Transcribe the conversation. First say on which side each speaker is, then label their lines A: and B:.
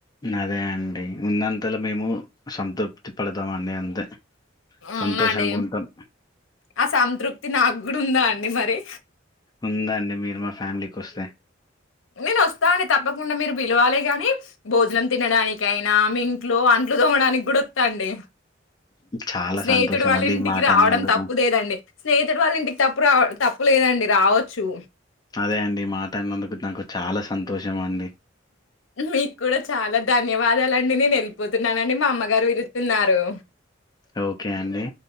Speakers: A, on the left; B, on the left.
A: అదే అండి ఉన్నంతలో మేము సంతృప్తి పడతామండి అంతే సంతోషంగా
B: అవునండి
A: ఉంటాం.
B: ఆ సంతృప్తి నాకు గూడా ఉందా అండి మరీ
A: ఉందండి మీరు మా ఫ్యామిలీకి వస్తే
B: నేను వస్తానీ తప్పకుండా మీరు పిలువాలేగాని భోజనం తినడానికి కైనా మీ ఇంట్లో అంట్లు తోమడానికి కూడా వస్తాఅండి
A: చాలా
B: స్నేహితుడు
A: సంతోషం
B: వాళ్ళ
A: అండి
B: ఇంటికి
A: ఈ మాట
B: రావడం
A: అన్నందుకు.
B: తప్పు లేదండి స్నేహితుడు వాళ్ళ ఇంటికి తప్పు రావ తప్పు తప్పు లేదండి రావచ్చు
A: అదే అండి ఈ మాట అన్నందుకు నాకు చాలా సంతోషం అండి
B: మీకు కూడా చాలా ధన్యవాదాలండి నేను వెళ్ళిపోతున్నా నండి మా అమ్మగారు విలుత్తున్నారు
A: ఓకే అండీ